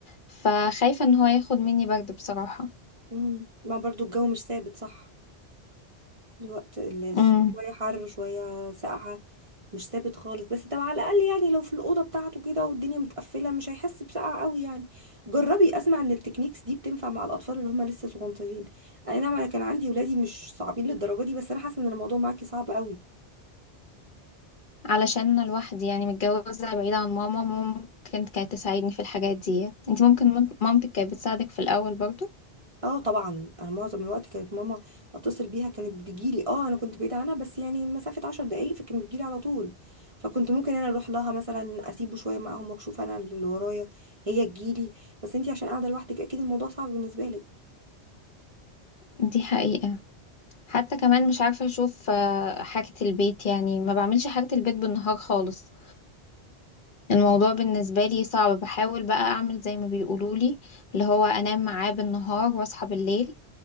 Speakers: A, on the left (about 55°); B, on the right (about 35°).
A: فخايفة ان هو ياخد مني برد بصراحة
B: امم ما برضو الجو مش ثابت صح الوقت الناس
A: امم
B: شويه حر وشويه ساقعه مش ثابت خالص بس طب على الاقل يعني لو في الاوضه بتاعته كده والدنيا متقفله مش هيحس بسقعه قوي يعني جربي اسمع ان التكنيكس دي بتنفع مع الاطفال اللي هم لسه صغنطين اي نعم انا كان عندي ولادي مش صعبين للدرجه دي بس انا حاسه ان الموضوع معاكي صعب قوي
A: علشان انا لوحدي يعني متجوزة بعيدة عن ماما ممكن كانت تساعدني في الحاجات ديت انتي ممكن مم- مامتك كانت بتساعدك في الاول برضو
B: اه طبعا انا معظم الوقت كانت ماما اتصل بيها كانت بتجيلي اه انا كنت بعيده عنها بس يعني مسافه عشر دقايق فكان بتجيلي على طول فكنت ممكن انا اروح لها مثلا اسيبه شويه معاهم واشوف انا اللي ورايا هي تجيلي بس انتي عشان قاعده لوحدك اكيد الموضوع صعب بالنسبه
A: دي حقيقة حتى كمان مش عارفة اشوف آه، حاجة البيت يعني ما بعملش حاجة البيت بالنهار خالص الموضوع بالنسبة لي صعب بحاول بقى اعمل زي ما بيقولولي اللي هو انام معاه بالنهار واصحى بالليل